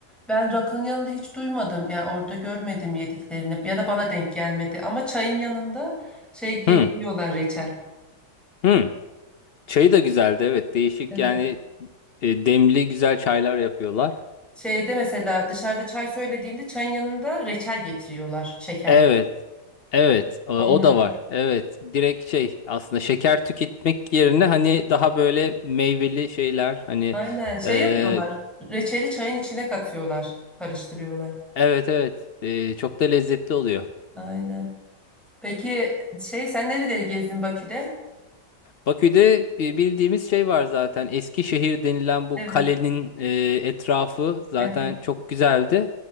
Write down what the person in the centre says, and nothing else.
ben rakının yanında hiç duymadım yani orada görmedim yediklerini ya da bana denk gelmedi ama çayın yanında şey getiriyorlar
reçel.
Evet.
Şeyde mesela dışarıda çay söylediğinde çayın yanında reçel getiriyorlar şeker.
Onlar.
Aynen şey
yapıyorlar. Reçeli çayın içine katıyorlar. Karıştırıyorlar.
Aynen. Peki şey sen nereleri gezdin Bakü'de?
Evet.
Evet.